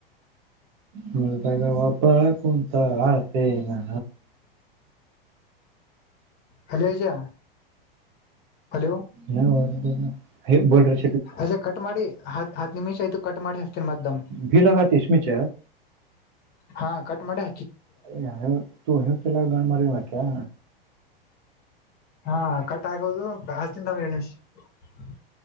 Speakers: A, on the right (about 55°); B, on the left (about 35°).
A: ಮದಗ ಬಬ ಕುಂತ ಹಳ್ತನಾ.
B: ಹಲೋ ಏಜಾ ಹಲೋ
A: ನ ಹ ಬಲ <unintelligible>
B: ಅಜೇ ಕಟ್ ಮಾಡಿ ಹತ್ ಹತ್ತು ನಿಮಿಷ ಆಯ್ತು ಕಟ್ ಮಾಡಿ. ಹಚ್ತೀನಿ ಮತ್ ದಮ್
A: ಭೀಲಗ ತಿಷ್ಮಿಚ
B: ಹಾ ಕಟ್ ಮಾಡೆ
A: ಯ ತೂ ಹವಕ್ಕೆಲ್ಲಾರ ಗಂಡ ಮರಿಕ್ಯ.
B: ಹಾ ಕಟ್ ಆಗೋದು <unintelligible>